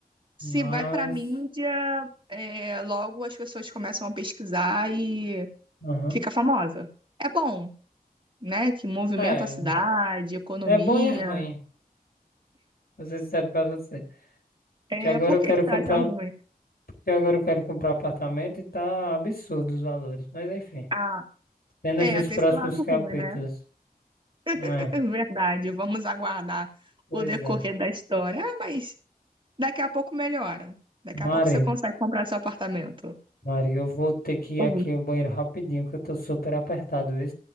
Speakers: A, on the right; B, on the left.
A: Se
B: mas.
A: vai pra mídia, é, logo as pessoas começam a pesquisar e
B: Aham.
A: fica famosa. É bom, né? Que movimenta
B: É,
A: a cidade, economia.
B: é bom e é ruim, vou ser sincero pra você.
A: É,
B: Que agora
A: por
B: eu
A: que
B: quero
A: que você
B: comprar,
A: acha ruim?
B: que agora eu quero comprar apartamento e tá absurdo os valores, mas enfim,
A: Ah,
B: apenas
A: é,
B: nos
A: tem
B: próximos
A: esse lado
B: capítulos.
A: ruim, né?
B: É,
A: <laughs> Verdade. Vamos aguardar
B: pois
A: o decorrer
B: é.
A: da história. Ah, mas daqui a pouco melhora. Daqui
B: Mari.
A: a pouco você consegue comprar seu apartamento.
B: Mari, eu vou ter que ir
A: Oh,
B: aqui ao banheiro rapidinho, que eu tô super apertado, viu?